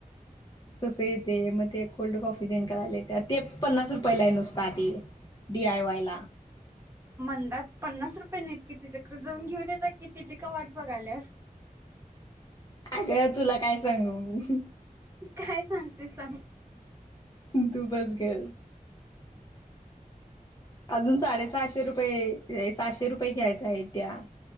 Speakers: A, on the left; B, on the right.
A: तसं येतंय मग ते कोल्ड कॉफी तेण करायला यतीया पन्नास रुपयाला आहे नुसता ते डी आय वाय ला
B: मणंदात पन्नास रुपये नाहीत कि तिच्याकडे जाऊन घेऊन येत की तिची का वाट बघालीयास.
A: अगं तुला काय सांगु मी
B: काय सांगतेस सांग
A: तू बस ग अजून साडेसहाशे रुपये सहाशे रुपये घ्यायचा आहे त्या